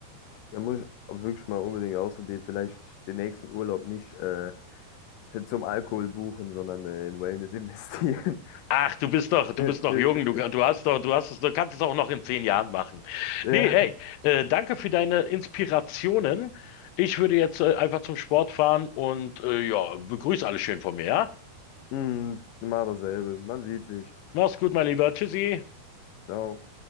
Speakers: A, on the left; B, on the left.
A: Ja, muss ich auch wirklich mal unbedingt ausprobieren. Vielleicht den nächsten Urlaub nicht äh, <laughs> zum Alkohol buchen, sondern äh, in Wellness <laughs> investieren.
B: Ach, du bist doch, du
A: <laughs>
B: bist noch jung, du, kann- du hast doch, du hast es, du kannst es auch noch in zehn Jahren machen.
A: Ja,
B: Nee, ey, äh, danke für deine Inspirationen. Ich würde jetzt äh, einfach zum Sport fahren und äh, ja, begrüße alle schön von mir, ja?
A: hm, immer dasselbe. Man sieht sich.
B: Mach's gut, mein Lieber. Tschüssi.
A: Ciao.